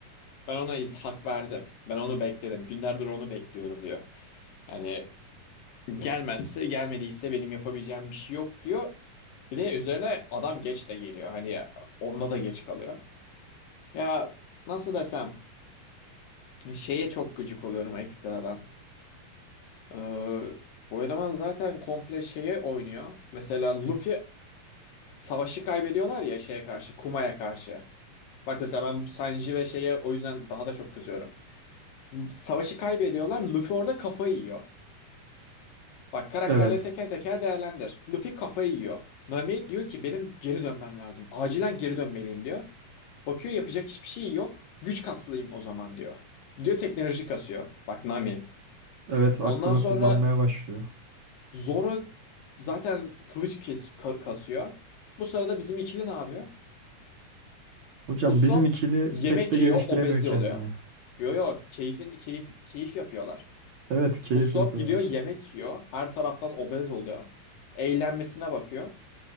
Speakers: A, on the left (about 85°); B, on the right (about 55°).
A: Ben ona iz hak verdim. Ben onu bekledim. Günlerdir onu bekliyorum diyor. Yani gelmezse gelmediyse benim yapabileceğim bir şey yok diyor. Bir de üzerine adam geç de geliyor. Hani onda da geç kalıyor. Ya nasıl desem şeye çok gıcık oluyorum ekstradan. Ee, bu eleman zaten komple şeye oynuyor. Mesela Luffy savaşı kaybediyorlar ya şeye karşı, Kuma'ya karşı. Bak mesela ben Sanji ve şeye o yüzden daha da çok kızıyorum. Savaşı kaybediyorlar, Luffy orada kafayı yiyor. Bak karakterleri
B: Evet.
A: teker teker değerlendir. Luffy kafayı yiyor. Nami diyor ki benim geri dönmem lazım. Acilen geri dönmeliyim diyor. Bakıyor yapacak hiçbir şey yok. Güç kaslayayım o zaman diyor. Gidiyor teknoloji kasıyor. Bak Nami.
B: Evet, aklını
A: Ondan sonra
B: kullanmaya başlıyor.
A: Zoro zaten kılıç kes ka- kasıyor. Bu sırada bizim ikili ne yapıyor?
B: Hocam
A: Usopp
B: bizim ikili
A: yemek
B: pek de
A: yiyor,
B: geliştiremiyor
A: obezi
B: kendini.
A: oluyor. Yo yo, keyfin keyif keyif yapıyorlar.
B: Evet, keyif
A: Usopp
B: yapıyorlar.
A: gidiyor yemek yiyor, her taraftan obez oluyor. Eğlenmesine bakıyor.